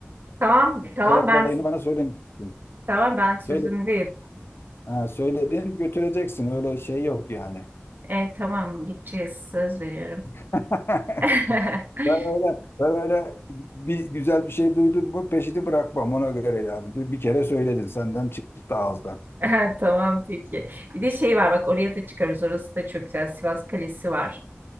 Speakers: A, on the right (about 50°); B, on the left (about 65°).
A: Tamam tamam
B: Koya
A: ben
B: kolayını bana söylemeyecektin.
A: tamam ben sözümdeyim.
B: Söyle, ha, söyledin götüreceksin. Öyle şey yok yani.
A: Ee, tamam gideceğiz söz veriyorum.
B: <laughs>
A: <laughs>
B: Ben öyle, ben öyle bir güzel bir şey duydum mu peşini bırakmam ona göre yani. Du- Bir kere söyledin senden çıktı ağızdan.
A: Ha, Tamam peki. Bir de şey var bak oraya da çıkarız. Orası da çok güzel. Sivas Kalesi var.